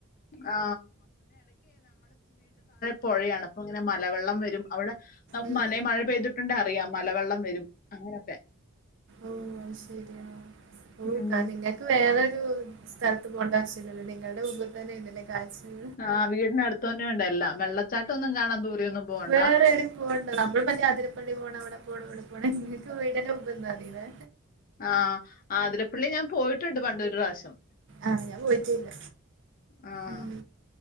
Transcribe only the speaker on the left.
ആ പൊഴയാണ് അപ്പങ്ങനെ മലവെള്ളം വരും. അവിടെ നമുക്ക്
മലേ മഴ പെയ്തിട്ടുണ്ടേ അ റിയാം മലവെള്ളം വരും. അങ്ങനൊക്കെ.
ഉം
ആ വീടിനടുത്ത് തന്നെ ഉണ്ട് എല്ലാം വെള്ളച്ചാട്ടം ഒന്നും കാണാൻ ദൂരെയൊന്നും പോകണ്ട
ആ ആതിരപ്പള്ളി ഞാൻ പോയിട്ടുണ്ട് പണ്ടൊര് പ്രാവശ്യം
ആഹ്